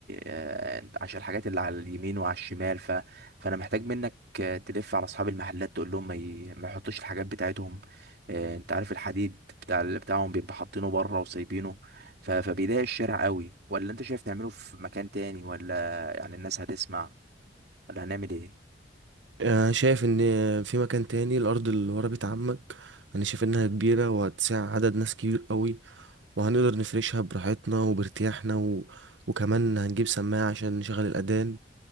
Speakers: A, on the right; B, on the right.
A: آه، عشان الحاجات اللي على اليمين وعلى الشمال ف... فانا محتاج منك آه، تلف على اصحاب المحلات تقول لهم ما, ي... ما يحطوش الحاجات بتاعتهم آه، انت عارف الحديد بتاع اللي بتاعهم بيبقى حاطينه بره وسايبينه ف... فبيضايق الشارع قوي ولا انت شايف نعمله في مكان تاني ولا يعني الناس هتسمع ولا هنعمل ايه
B: آه، شايف ان في مكان تاني الارض اللي ورا بيت عمك انا شايف انها كبيره وهتسع عدد ناس كبير قوي وهنقدر نفرشها براحتنا وبارتياحنا و... وكمان هنجيب سماعه عشان نشغل الاذان